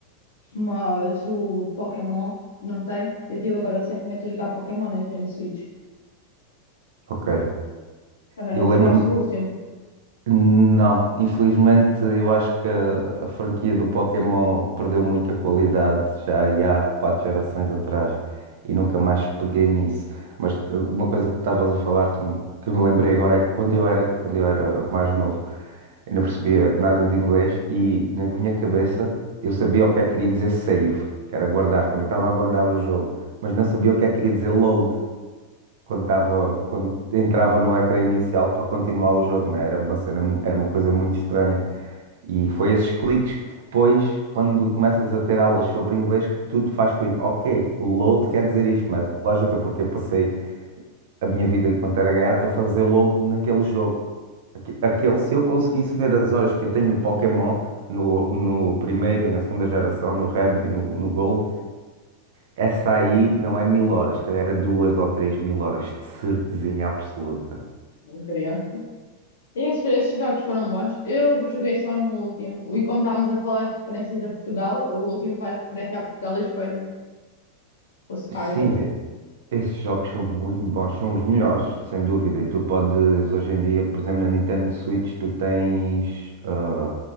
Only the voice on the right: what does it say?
Ok.
Eu
lembro-me.
Não, infelizmente eu acho que a, a franquia do Pokémon perdeu muita qualidade já aí há quatro gerações atrás e nunca mais peguei nisso. Mas eh, uma coisa que estavas a falar que, me- que me lembrei agora é que quando eu era, quando eu era mais novo, eu não percebia nada de inglês e na minha cabeça eu sabia o que é que queria dizer save, que era guardar, quando eu estava a guardar o jogo, mas não sabia o que é que queria dizer load quando estava, quando entrava no ecrã inicial para continuar o jogo, né? Era uma cena, era uma coisa muito estranha. E foi esses cliques que depois, quando começas a ter aulas sobre inglês, que tudo faz clique. Ok, o load quer dizer isto, mete lógica, porque eu passei a minha vida enquanto era gaiato a fazer load naquele jogo. Aque- Aquele, se eu conseguisse ver as horas que eu tenho no Pokémon, no, no primeiro e na segunda geração, no Red e no, no Gold, essa aí não é mil horas, se calhar era duas ou três mil horas de certezinha absoluta.
Sim, esses jogos são muito bons, são os melhores, sem dúvida. E tu podes, hoje em dia, por exemplo, na Nintendo Switch, tu tens ah,